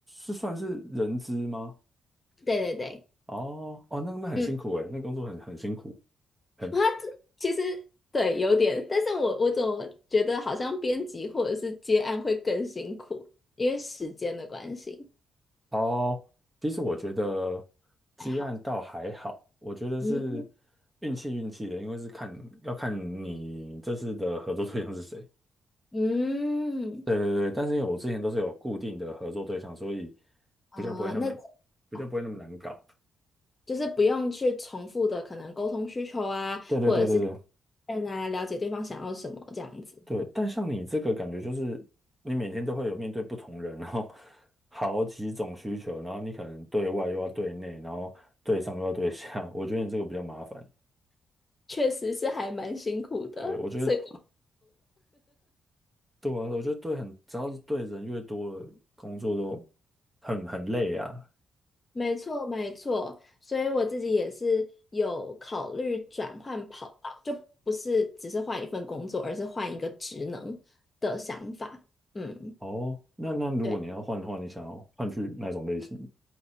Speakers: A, on the right (about 15°); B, on the left (about 30°).
A: 是算是人资吗？
B: 对对对，
A: 哦哦，那那很辛苦诶，
B: 嗯
A: 那工作很很辛苦，很
B: 它其实对有点，但是我我总觉得好像编辑或者是接案会更辛苦，因为时间的关系，
A: 哦。其实我觉得积案倒还好，
B: 还好。
A: 我觉得是
B: 嗯
A: 运气运气的，因为是看要看你这次的合作对象是谁。
B: 嗯
A: 对对对，但是因为我之前都是有固定的合作对象，所以
B: 啊、
A: 比较不会那么
B: 那
A: 比较不会那么难搞。
B: 好就是不用去重复的可能沟通需求啊，
A: 对对对对对，
B: 或者是嗯啊，了解对方想要什么这样子，
A: 对，但像你这个感觉就是，你每天都会有面对不同人，然后 <laughs> 好几种需求，然后你可能对外又要对内，然后对上又要对下，我觉得你这个比较麻烦。
B: 确实是还蛮辛苦的，
A: 对，我觉得
B: 所以。
A: 对啊，我觉得对很，只要是对人越多了，工作都很很累啊。
B: 没错，没错，所以我自己也是有考虑转换跑道，就不是只是换一份工作，而是换一个职能的想法。嗯，
A: 哦，那那如果你要换的话，
B: 对，
A: 你想要换去哪种类型？